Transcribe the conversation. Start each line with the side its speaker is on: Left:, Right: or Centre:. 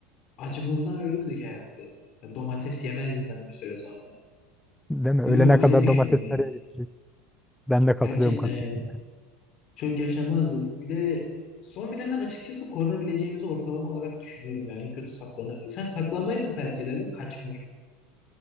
Left: acımızdan ölürdük herhalde. Ya domates yemezdim ben bir süre sonra.
Centre: Değil mi? Öğlene
Left: Bilmiyorum öyle
Centre: kadar
Left: düşünüyorum
Centre: domates
Left: yani.
Centre: nereye? gitti? Ben de katılıyorum
Left: Gerçekten
Centre: katılıyorum.
Left: yani. Çok yaşamazdık. Bir de son bilenden açıkçası korunabileceğimizi ortalama olarak düşünüyorum yani. En kötü saklanırdık. Sen saklanmayı mı tercih ederdin, kaçmayı mı?